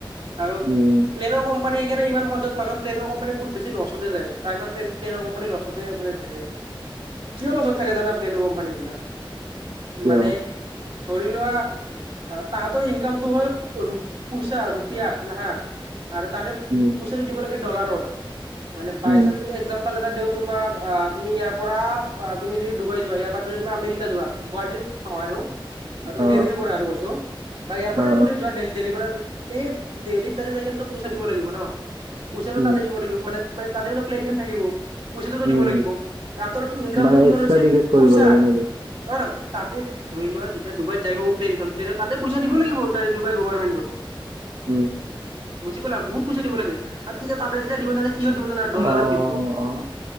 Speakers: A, on the right; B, on the right.
A: আৰু
B: উম,
A: প্লেনৰ কম কম্পানী সেইকাৰণে ইমান সহজত মানুহ প্লেনৰ কম্পানীৰ বহুত বেছি ল'ছটে যায়। প্ৰায়ভাগ প্লেন প্লেনৰ কোম্পানীৰ ল'ছতে মানে থাকে আৰু।
B: <inaudible>
A: কিয় লচত থাকে জানা প্লেনৰ কোম্পানী বিলাক?
B: কিয়
A: মানে ধৰি লোৱা তাহাঁতৰ ইনকামটো হয় ৰো পইচা ৰূপ ৰুপিয়াত হা, আৰু তাহাঁতে
B: উম,
A: কি পইচাটো দিব লাগে ডলাৰত মানে বাইচেন্স
B: উম,
A: যদি এক্সাম্পল এটা দিওঁ তোমাক অ তুমি ইয়াৰ পৰা তুমি যদি ডুবাই যোৱা ইয়াৰ পৰা যদি তুমি আমেৰিকা যোৱা গুৱাহাটীৰ নহয় আৰু। আৰু তুমি
B: অ',
A: দেল্হিৰ পৰা আৰু কৈছোঁ, বা ইয়াৰ পৰাও
B: অ', অ
A: যদি যোৱা দেলহি দেলহিৰ পৰা এই দেলহিত তাতে যায় কিনে ত পইচা দিব লাগিব ন, পইচাটো
B: উম,
A: তাতে দিব লাগিব মানে মানে তাতেওটো প্লেনখন থাকিব পইচাটোত
B: উম।
A: দিব লাগিব, তাহঁতৰ ইনকামটো
B: মানে
A: কিহত
B: এক্সট্ৰা
A: হৈছে
B: টিকেট কৰিব
A: পইচাত,
B: লাগে নেকি?
A: অ তাহাঁতে ধৰি লোৱা যেতিয়া ডুবাইত যাই পাব প্লেনখন প্লেনত ততে পইচা দিব লাগিব তাৰে ডুবাই গভাৰমেণ্টক
B: উম।
A: বুজি পালা বহুত পইচা দিব লাগে, আৰু তেতিয়া তাতে যেতিয়া দিব তাতে কিহত দিব জানা? ডলাৰত
B: অ',
A: দিব।
B: অ',